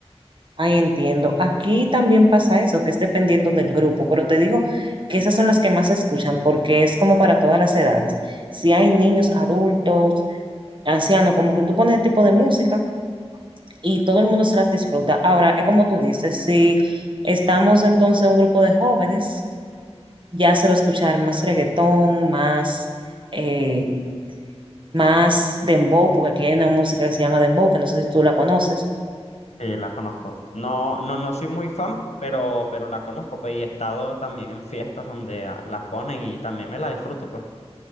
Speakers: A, on the right; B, on the left.
A: Ahí entiendo. Aquí también pasa eso, que es dependiendo del grupo, pero te digo que esas son las que más se escuchan porque es como para todas las edades. Si hay niños, adultos, ancianos, como que tú pones ese tipo de música y todo el mundo se las disfruta. Ahora, es como tú dices, si estamos entonces un grupo de jóvenes, ya se va a escuchar más reggaetón, más, eh, más dembow, porque aquí hay una música que se llama dembow, que no sé si tú la conoces.
B: Sí, la conozco. No, no, no soy muy fan, pero, pero la conozco, pues, y he estado también en fiestas donde ah, la ponen y también me la disfruto, pues.